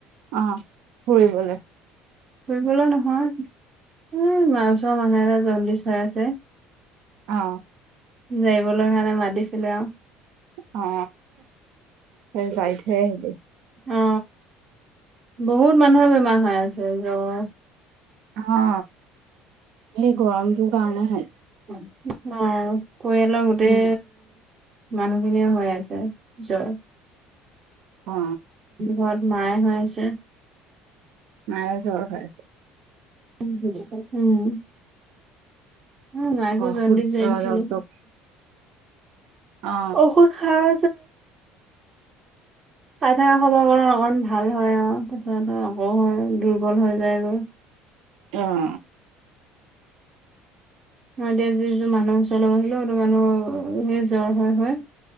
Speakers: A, on the right; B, on the right.
A: অ, ফুৰিবলে।
B: ফুৰিবলৈ নহয়। উম, আমাৰ ওচৰৰ মানুহ এটা জণ্ডিচ হৈ আছে।
A: অহ।
B: জৰিবলে কাৰণে মাতিছিলে আৰু।
A: অ, সেই জাৰি থৈ আহিলো।
B: অ, বহুত মানুহৰ বেমাৰ হৈ আছে জ্বৰ।
A: অ, হেই গৰম তোৰ কাৰণে হে।
B: অ, পৰিয়ালৰ গোতেই।
A: উম
B: মানুহখিনিয়ে হৈ আছে জ্বৰ।
A: অ
B: ঘৰত মায়ে হৈ আছে।
A: মায়ে জ্বৰ হৈ আছে।
B: উম। উম, মাকো
A: ঔষধ
B: জণ্ডিচ জৰিছিলো।
A: ডক্তৰক অ
B: ঔষুদ খাই। তাকে খাই থকা সময় অকন ভাল হয়, অ'। ত, আকৌ হয় দুৰ্বল হৈ যায়গৈ।
A: অ'।
B: <inaudible> এতিয়া যি যিটো মানুহৰ ওচৰলৈ আহিলো, সেইটো মানুহ এ, জ্বৰ হয় হয়।